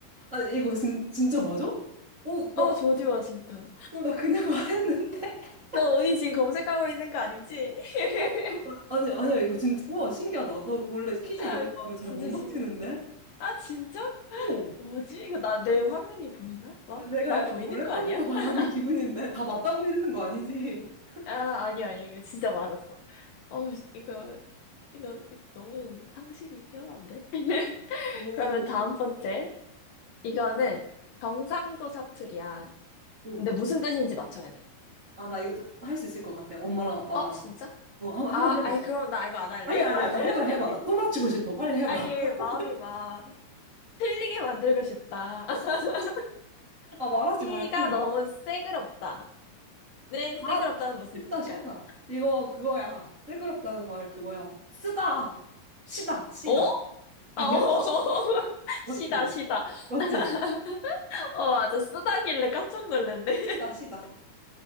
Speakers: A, on the right; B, on the left.
A: 아 이거 진, 진짜 맞아? 어, 나,
B: 어, 조지 워싱턴.
A: 어, 나 그냥 말했는데? <laughs>
B: 너 어디 지금 검색하고 있는 거 아니지? <laughs>
A: 어? 아, 아니, 아니야, 이거 진짜. 우와, 신기하다. 나 원래 퀴즈
B: 아,
A: 이런 거 하면 잘
B: 진짜
A: 못 맞히는데?
B: 신기하네. 아, 진짜?
A: 어.
B: 뭐지? 이거 나, 내 화면이 보이나?
A: 나-
B: 막?
A: 내가
B: 나
A: 약간
B: 보이는
A: 몰래 카메라
B: 거 아니야?
A: 당하는
B: <laughs>
A: 기분인데? 다 맞다고 해주는 거 아니지? <laughs>
B: 아, 아니야, 아니야. 이거 진짜 맞았어. 어, 이거, 이거 너무 상식이 뛰어난데? <laughs>
A: 오.
B: 그러면 다음 번째. 이거는 경상도 사투리야.
A: 응.
B: 근데 무슨 뜻인지 맞춰야 돼.
A: 아, 나 이거 좀 할 수 있을 것 같아. 엄마랑 아빠랑.
B: 어, 진짜?
A: 어, 한,
B: 아,
A: 한번 해봐.
B: 아이, 그럼 나 이거 안 할래.
A: 아니야,
B: <laughs>
A: 아니야.
B: 이거 안
A: 나
B: 할래.
A: 해봐, 해봐. 나
B: <laughs>
A: 또 맞추고 싶어. 빨리 해봐.
B: 아,
A: <laughs>
B: 이게 마음이 막 틀리게 만들고 싶다. <laughs>
A: 아, 말하지
B: 키가
A: 말걸.
B: 너무 새그럽다. 네,
A: 아,
B: 새그럽다는 무슨
A: 쉽다,
B: 뜻일까요?
A: 쉽다. 이거 그거야. 뜬그럽다는 말 그거야. 쓰다. 시다, 시다.
B: 어?
A: 아니야?
B: 아, 어. <laughs>
A: 맞지?
B: 시다, 시다.
A: 맞지?
B: <laughs> 어, 맞아. 쓰다길래 깜짝 놀랐네. <laughs>
A: 시다, 시다.